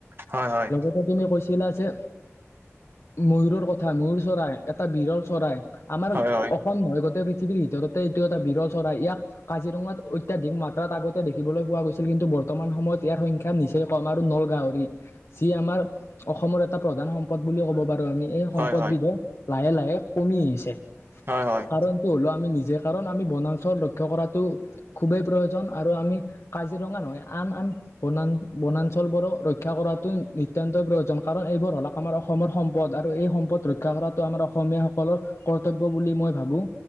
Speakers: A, on the right (about 50°); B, on the left (about 65°).
A: হয়-হয়।
B: লগতে তুমি কৈছিলা যে, ময়ুৰৰ কথা ময়ুৰ চৰাই এটা বিৰল চৰাই। আমাৰ
A: হয় হয়
B: খন নহয় গোটেই পৃথিৱীৰ ভিতৰতে এইটো এটা বিৰল চৰাই। ইয়াক কাজিৰঙাত অত্যাধিক মাত্ৰা ত' আগতে দেখিবলৈ পোৱা গৈছিল কিন্তু বৰ্তমান সময়ত ইয়াৰ সংখ্যা নিচেই কম, আৰু নল গাহৰি। যি আমাৰ অসমৰ এটা প্ৰধান সম্পদ বুলি ক'ব পাৰো আমি। এই
A: হয়
B: সম্পদ
A: হয়
B: বিধে লাহে লাহে কমি আহিছে,
A: হয় হয়
B: কাৰণটো হ'লেও আমি নিজে। কাৰণ আমি বনাঞ্চল লক্ষ্য কৰাটো খুবেই প্ৰয়োজন আৰু আমি কাজিৰঙা নহয়, আন-আন বনা বনাঞ্চলবোৰক ৰক্ষা কৰাটো নিতান্তই প্ৰয়োজন, কাৰণ এইবোৰ হল। আমাৰ অসমৰ সম্পদ আৰু এই সম্পদ ৰক্ষা কৰাটো আমাৰ অসমীয়াসকলৰ কৰ্তব্য বুলি মই ভাবো।